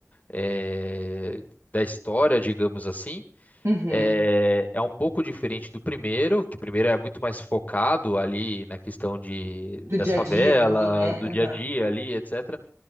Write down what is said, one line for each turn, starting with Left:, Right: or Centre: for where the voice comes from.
Left: eh, da história, digamos assim.
Right: Uhum.
Left: É, é um pouco diferente do primeiro, que o primeiro é muito mais focado ali na questão de,
Right: Do
Left: das
Right: dia
Left: favelas,
Right: a dia ali, né?
Left: do
Right: Aham.
Left: dia a dia ali, etc.